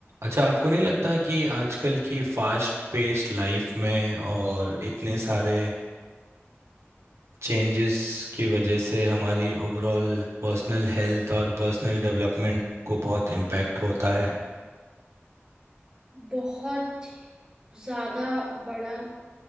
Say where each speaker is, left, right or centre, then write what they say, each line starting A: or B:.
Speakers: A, on the right; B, on the right.
A: अच्छा आपको नहीं लगता कि आजकल की फास्ट पेस्ड लाइफ में और इतने सारे चेंजेस की वजह से हमारी ओवरऑल पर्सनल हेल्थ और पर्सनल डेवलपमेंट को बहुत इम्पैक्ट होता है
B: बहुत ज्यादा बड़ा